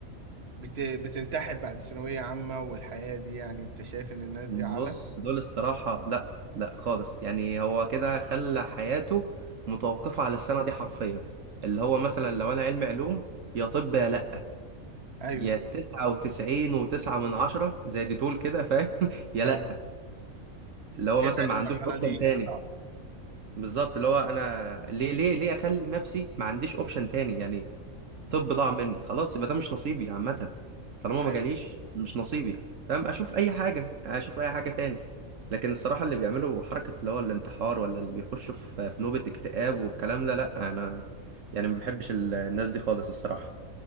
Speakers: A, on the right (about 50°); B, on the right (about 65°).
A: بت... بتنتحر بعد ثانويه عامه والحياه دي يعني انت شايف ان الناس
B: بص
A: دي اعلى
B: دول الصراحة لا لا خالص يعني هو كده خلى حياته متوقفة على السنة دي حرفيا اللي هو مثلا لو أنا علمي علوم يا طب يا لا
A: ايوه
B: يا تسعة وتسعين وتسعة من عشرة زي دي تقول كده فاهم <laughs> يا
A: ايوه
B: لأ اللي
A: شايف
B: هو مثلا
A: يعني
B: ما عندوش
A: المرحله
B: أوبشن
A: دي
B: تاني
A: كانت صعبه
B: بالظبط اللي هو أنا ليه ليه ليه أخلي نفسي ما عنديش أوبشن تاني يعني طب ضاع مني خلاص يبقى ده مش نصيبي عامة طالما ما
A: ايوه
B: جاليش مش نصيبي فاهم أشوف أي حاجة أشوف أي حاجة تاني لكن الصراحة اللي بيعملوا حركة اللي هو الانتحار ولا اللي بيخشوا في في نوبة اكتئاب والكلام ده لأ أنا يعني ما بحبش ال- الناس دي خالص الصراحة